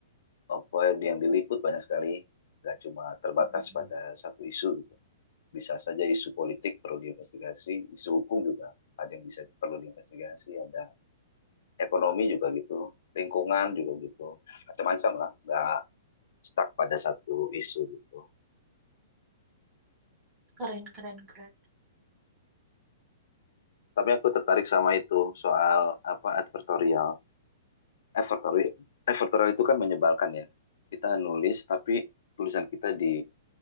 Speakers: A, on the left; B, on the right.
A: apa yang diliput banyak sekali, nggak cuma terbatas
B: Mm.
A: pada satu isu gitu. bisa saja isu politik perlu diinvestigasi, isu hukum juga ada yang bisa perlu diinvestigasi, ada ekonomi juga gitu, lingkungan juga gitu, macam-macam lah, nggak stuck pada satu isu gitu.
B: keren keren keren
A: Tapi aku tertarik sama itu soal apa advertorial. Advertorial, advertorial itu kan menyebalkan ya. Kita nulis tapi tulisan kita di